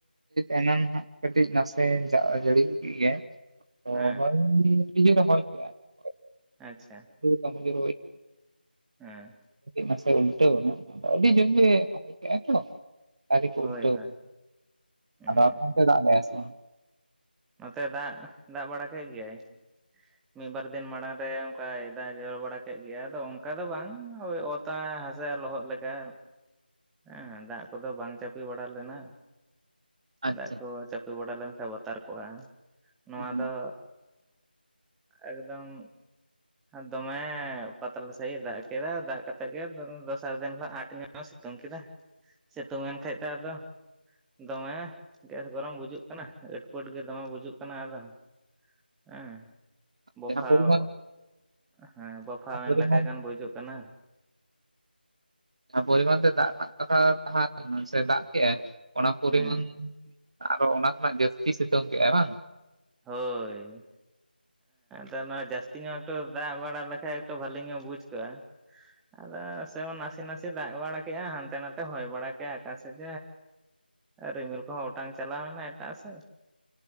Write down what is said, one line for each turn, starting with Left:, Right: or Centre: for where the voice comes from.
Right: ᱮᱱᱟᱝ ᱦᱟᱜ ᱠᱟᱴᱤᱡ ᱱᱟᱥᱮ ᱡᱟᱜ ᱡᱟᱹᱲᱤ ᱤᱫᱤᱭᱮᱫ ᱜᱮᱭᱟᱭ᱾ <unintelligible>
Centre: ᱦᱮᱸ
Right: <unintelligible>
Centre: ᱟᱪᱪᱷᱟ
Right: ᱠᱟᱢᱤᱡ
Centre: ᱦᱮᱸ
Right: ᱱᱟᱥᱮ ᱩᱞᱴᱟᱹᱣᱱᱟ ᱟᱹᱰᱤ ᱡᱳᱨ ᱜᱮ ᱦᱚᱭ ᱠᱮᱜ-ᱟᱭ ᱛᱚ᱾ ᱫᱟᱨᱤ ᱠᱚ
Centre: ᱦᱳᱭ
Right: ᱩᱞᱴᱟᱹᱣ
Centre: ᱦᱳᱭ ᱦᱩᱸ
Right: ᱟᱫᱚ ᱟᱯᱮ ᱚᱱᱛᱮ ᱫᱟᱜ ᱫᱟᱭ ᱥᱮ ᱵᱟᱝ?
Centre: ᱱᱚᱛᱮ ᱫᱟᱜ ᱫᱟᱜ ᱵᱟᱲᱟ ᱠᱮᱫ ᱜᱮᱭᱟᱭ᱾ ᱢᱤᱫ ᱵᱟᱨ ᱫᱤᱱ ᱢᱟᱲᱟᱝ ᱨᱮ ᱚᱱᱠᱟᱭ ᱫᱟᱜ ᱮ ᱡᱚᱲᱚ ᱵᱟᱲᱟ ᱠᱮᱫ ᱜᱮᱭᱟ ᱟᱫᱚ ᱚᱱᱠᱟ ᱫᱚ ᱵᱟᱝ ᱳᱭ ᱚᱛ ᱛᱟ ᱦᱟᱥᱟ ᱞᱚᱦᱚᱫ ᱞᱮᱠᱟ ᱦᱮᱸ ᱫᱟᱜ ᱠᱚᱫᱚ ᱵᱟᱝ ᱪᱟᱯᱮ ᱵᱟᱲᱟ ᱞᱮᱱᱟ᱾
Right: ᱟᱪᱪᱷᱟ
Centre: ᱫᱟᱜ ᱠᱚ ᱪᱟᱯᱮ ᱵᱟᱲᱟ ᱞᱮᱱᱠᱷᱟᱱ ᱵᱟᱛᱟᱨ ᱠᱚᱜᱼᱟ᱾ ᱱᱚᱣᱟ
Right: ᱦᱮᱸ
Centre: ᱫᱚ ᱮᱠᱫᱚᱢ ᱟᱨ ᱫᱚᱢᱮ ᱯᱟᱛᱲᱟ ᱥᱟᱺᱦᱤᱡ ᱮ ᱫᱟᱜ ᱠᱮᱫᱟ ᱫᱟᱜ ᱠᱟᱛᱮᱜ ᱜᱮ ᱫᱚᱥᱟᱨ ᱫᱤᱱ ᱦᱤᱞᱳᱜ ᱟᱴ ᱧᱚᱜ ᱮ ᱥᱤᱛᱩᱝ ᱠᱮᱫᱟ᱾ ᱥᱤᱛᱩᱝ ᱮᱱ ᱠᱷᱟᱡ ᱛᱚ ᱟᱫᱚ ᱫᱚᱢᱮ ᱜᱮᱥ ᱜᱚᱨᱚᱢ ᱵᱩᱡᱩᱜ ᱠᱟᱱᱟ ᱟᱹᱴ ᱯᱟᱹᱴ ᱜᱮ ᱫᱚᱢᱮ ᱵᱩᱡᱩᱜ ᱠᱟᱱᱟ ᱟᱫᱚ᱾ ᱦᱮᱸ ᱵᱳᱯᱷᱟᱣ
Right: ᱡᱟᱦᱟᱸ ᱯᱚᱨᱤᱢᱟᱱ
Centre: ᱦᱮᱸ ᱵᱟᱯᱷᱟᱣᱮᱱ
Right: ᱡᱟᱦᱟᱸ ᱯᱚᱨᱤᱢᱟᱱ
Centre: ᱞᱮᱠᱟ ᱜᱟᱱ ᱵᱩᱡᱩᱜ ᱠᱟᱱᱟ᱾
Right: ᱡᱟᱦᱟᱸ ᱯᱚᱨᱤᱢᱟᱱ ᱛᱮ ᱫᱟᱜ ᱨᱮᱱᱟᱜ ᱠᱟᱛᱷᱟ ᱛᱟᱦᱮᱸᱞᱮᱱᱟ ᱥᱮ ᱫᱟᱜ ᱠᱮᱫᱟᱭ ᱚᱱᱟ ᱯᱚᱨᱤᱢᱟᱱ
Centre: ᱦᱮᱸ
Right: ᱟᱨᱚ ᱚᱱᱟ ᱠᱷᱚᱱᱟᱜ ᱡᱟᱹᱥᱛᱤ ᱥᱤᱛᱩᱝ ᱠᱮᱫ-ᱟᱭ ᱵᱟᱝ?
Centre: ᱦᱳᱭ᱾ ᱦᱮᱸ ᱱᱚᱣᱟ ᱡᱟᱹᱥᱛᱤ ᱧᱚᱜ ᱮᱠᱴᱩ ᱫᱟᱜ ᱵᱟᱲᱟ ᱞᱮᱠᱷᱟᱡ ᱮᱠᱴᱩ ᱵᱷᱟᱞᱤ ᱧᱚᱜ ᱵᱩᱡ ᱠᱚᱜᱼᱟ᱾ ᱟᱫᱚ ᱥᱮ ᱱᱟᱥᱮ ᱱᱟᱥᱮ ᱫᱟᱜ ᱵᱟᱲᱟ ᱠᱮᱜᱼᱟ ᱦᱟᱱᱛᱮ ᱱᱟᱛᱮ ᱦᱚᱭ ᱵᱟᱲᱟ ᱠᱮᱜᱼᱟᱭ ᱚᱠᱟᱥᱮᱫ ᱨᱤᱢᱤᱞ ᱠᱚᱦᱚᱸ ᱚᱴᱟᱝ ᱪᱟᱞᱟᱣᱱᱟ ᱮᱴᱟᱜ ᱥᱮᱫ